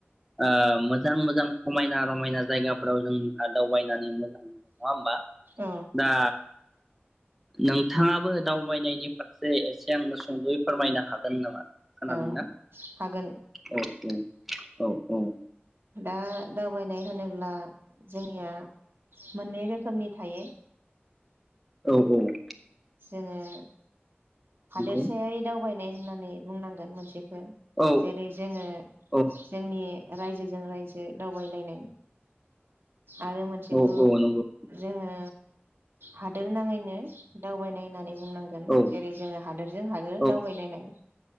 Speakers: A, in the centre; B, on the right.
A: ओ मोजां मोजां समायना रमायना जायगाफोराव जोंहा दावबायनानै मोजां मोनो नङा होमबा
B: औ
A: दा नोंथाङाबो दावबायनायनि फारसे एसे आंनो सुंदयै फोरमायनो हागोन नामा खोनादोंना
B: औ हागोन
A: औ औ औ औ
B: दा दावबायनाय होनोब्ला जोंनिया मोननै रोखोमनि थायो
A: औ औ
B: जोङो हादोरसायारि
A: नंगौ
B: दाव बायनाय होननानै बुंनांगोन मोनसे
A: औ
B: जेरै जोङो
A: औ
B: जोंनि रायजोजों रायजो दावबायलायनाय आरो मोनसेखौ
A: औ औ नंगौ
B: जोङो हादोर नाङैनो दावबायनाय होननानै बुंनांगोन
A: औ
B: जेरै जोङो हादोरजों हादोर
A: औ
B: दावबायलायनाय